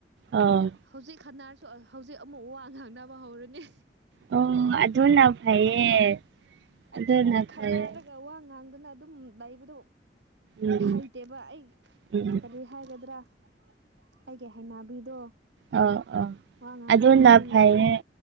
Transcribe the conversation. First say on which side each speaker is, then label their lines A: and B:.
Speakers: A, on the right (about 70°); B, on the right (about 80°).
A: ꯑꯧ
B: ꯍꯧꯖꯤꯛ ꯍꯟꯅꯥꯔꯁꯨ ꯍꯧꯖꯤꯛ ꯑꯃꯨꯛ ꯋꯥ ꯉꯥꯡꯅꯕ ꯍꯧꯔꯅꯤ
A: ꯑꯣ ꯑꯗꯨꯅ ꯐꯩꯌꯦ
B: ꯑꯩꯗꯤ
A: ꯑꯗꯨꯅ
B: ꯈꯟꯅꯔꯒ
A: ꯐꯩꯌꯦ
B: ꯋꯥ ꯉꯥꯡꯗꯅ ꯑꯗꯨꯝ ꯂꯩꯕꯗꯣ
A: ꯎꯝ
B: ꯍꯩꯇꯦꯕ ꯑꯩ
A: ꯎꯝ
B: ꯀꯔꯤ ꯍꯥꯏꯒꯗ꯭ꯔꯥ ꯑꯩꯒꯤ ꯍꯩꯅꯕꯤꯗꯣ
A: ꯑꯥꯎ ꯑꯧ
B: ꯋꯥ ꯉꯥꯡꯅꯗ꯭ꯔꯗꯤ
A: ꯑꯗꯨꯅ
B: ꯉꯝꯗꯦꯕ
A: ꯐꯩꯔꯦ